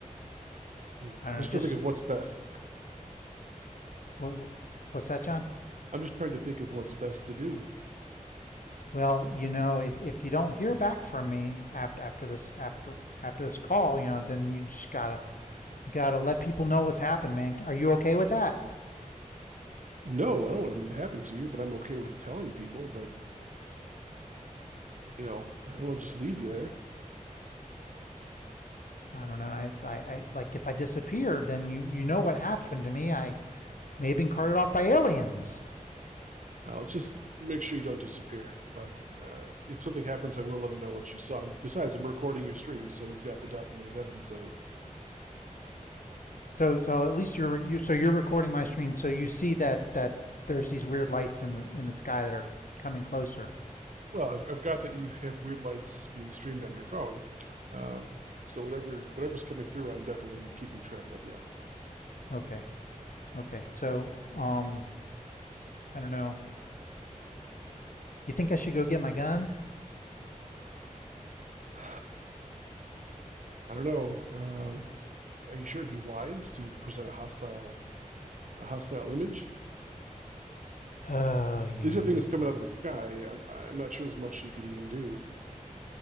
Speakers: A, on the right (about 65°); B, on the left (about 80°).
A: Hmm.
B: I don't
A: I'm just
B: know. Just
A: trying to think of what's best.
B: what, what's that, John?
A: I'm just trying to think of what's best to do.
B: Well, you know, if, if you don't hear back from me after after this after after this call, you know, then you just gotta you gotta let people know what's happened, man. Are you okay with that?
A: No, I don't want anything to happen to you, but I'm okay with telling people. But you know, I don't want to just leave you there.
B: I don't know. I, I, I like if I disappeared, then you you know what happened to me. I may have been carted off by aliens.
A: I'll just make sure you don't disappear. But uh, if something happens, I will let them know what you saw. And besides, I'm recording your stream, so we've got the documented evidence of it.
B: So so at least you're you so you're recording my stream, so you see that that there's these weird lights in the in the sky that are coming closer.
A: Well, I've, I've got that you have weird lights being streamed on your phone. Um, so whatever whatever's coming through, I'm definitely keeping track of. Yes.
B: Okay. Okay, so um, I don't know. You think I should go get my gun?
A: <sighs> I don't know. Uh, are you sure it'd be wise to present a hostile a hostile image?
B: <sighs> Oh yeah,
A: These are things
B: you,
A: coming out of the sky. I'm, I'm not sure there's much you could even do.